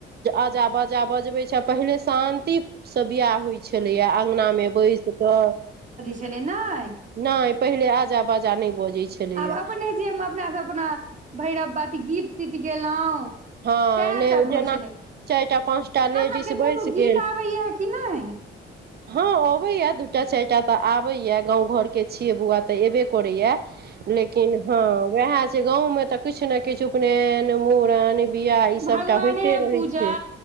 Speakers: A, on the right (about 55°); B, on the right (about 40°).
A: आजा बाजा बजबै छै पहिने शांति स बियाह होइत छलैक अंगनामे बइस क
B: चलेना
A: नहि पहिले आजा बाजा नहि बजै छलैए
B: आब अपने जेमे अपना से अपना भैरव बति गीत तीत गेलहुँ
A: हँ
B: सएह
A: ले
B: सब
A: जेना
B: होइ छलै
A: चारिटा पाँच टा लेडीज
B: अहाँके
A: बैस
B: कोनो गीत
A: गेल
B: आबैया कि नहि
A: हँ अबैए दू टा चारि टा तऽ आबैए गाँव घरकेँ छियै बौआ तऽ एयबे कर करैया लेकिन हँ वएह छ गाँव मे तऽ किछु ने किछु उपनयन मूड़न बियाह ई
B: भगवाने
A: सबटा होइते
B: है
A: रहै
B: पूजा
A: छै